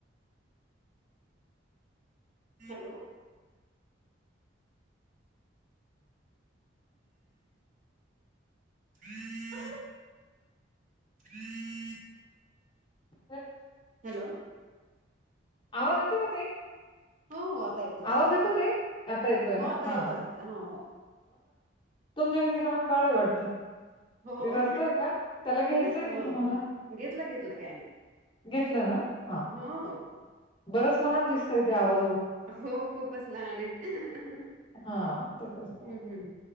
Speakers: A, on the right; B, on the left.
A: हॅलो हम्म <unintelligible> हम्म <unintelligible>
B: <unintelligible>
A: हॅलो
B: आवाज येतो का ताई,
A: हो हो आता येतोय आता
B: आवाज
A: येतोय
B: येतो ताई आता येतोय ना
A: हो आता
B: हा.
A: येतोय आता हो हो
B: तुमच्या घरी लहान बाळ वाटतं ते
A: हो
B: रडतय का त्याला घ्यायचंय
A: हो
B: का तुम्हाला
A: घेतलं घेतलं काय नाही
B: घेतलं ना हा
A: हो हो
B: बरच लहान दिसत इथ आवाज
A: हो खूपच लहान आहे ह
B: हां, त्याच्यावर
A: हम्म